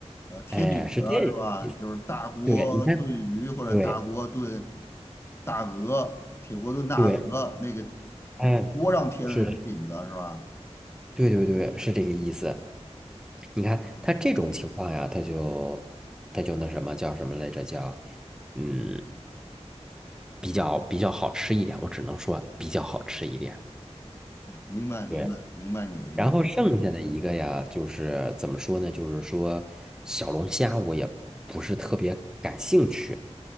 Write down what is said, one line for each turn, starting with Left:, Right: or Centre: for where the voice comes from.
Left: 呃，贴饼子是吧？
Centre: 哎，是这个，
Left: 就是大锅炖鱼或者大锅炖
Centre: 对，你看，对
Left: 大鹅，铁锅炖大鹅，
Centre: 对，
Left: 那个
Centre: 哎，
Left: 锅上贴的那种饼子是吧？
Centre: 是，对对对，是这个意思。
Left: 嗯
Centre: 你看他这种情况呀，
Left: 嗯，
Centre: 他就他就那什么叫什么来着？叫嗯，比较比较好吃一点，我只能说比较好吃一点。
Left: 明白明白明白你的意思。
Centre: 对，然后剩下的一个呀，就是怎么说呢？就是说小龙虾我也不是特别感兴趣，